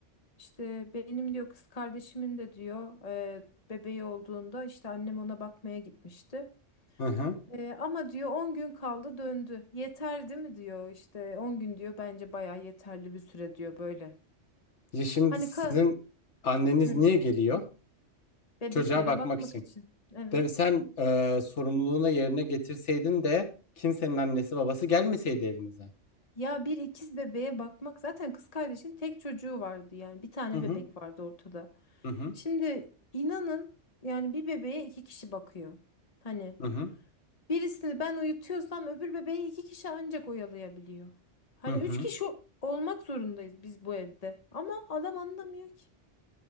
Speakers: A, on the left; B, on the left.
A: işte benim diyor kız kardeşimin de diyor e, bebeği olduğunda işte annem ona bakmaya gitmişti.
B: Hı hı.
A: Ee, ama diyor 10 gün kaldı döndü. Yeter değil mi diyor işte 10 gün diyor bence bayağı yeterli bir süre diyor böyle.
B: Ya şimdi
A: Hani
B: sizin
A: ka
B: anneniz
A: Hı,
B: niye geliyor?
A: bebeklere
B: Çocuğa bakmak
A: bakmak
B: için.
A: için. Evet.
B: Değil Sen e, sorumluluğuna yerine getirseydin de kimsenin annesi babası gelmeseydi evinize.
A: Ya bir ikiz bebeğe bakmak zaten kız kardeşin tek çocuğu vardı yani bir tane
B: Hı hı.
A: bebek vardı ortada.
B: Hı hı.
A: Şimdi inanın yani bir bebeğe iki kişi bakıyor. Hani
B: Hı hı.
A: birisini ben uyutuyorsam öbür bebeği iki kişi ancak oyalayabiliyor. Hani
B: Hı hı.
A: üç kişi olmak zorundayız biz bu evde ama adam anlamıyor ki.